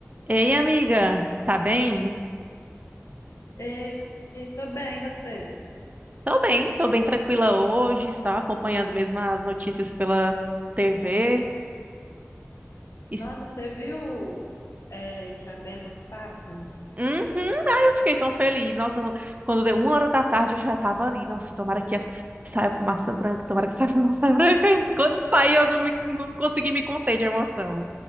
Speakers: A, on the right; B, on the left.
A: Ei, amiga, tá bem?
B: Ei, tô bem, e você?
A: Tô bem, tô bem tranquila hoje, só acompanhando mesmo as notícias pela TV. Es-
B: Nossa, você viu é, que abemos papo?
A: Uhum, aí eu fiquei tão feliz. Nossa, quando deu uma hora da tarde eu já tava ali. Nossa, tomara que saia fumaça branca, tomara que saia <laughs> fumaça branca. E quando saiu eu não, me- não consegui me conter de emoção.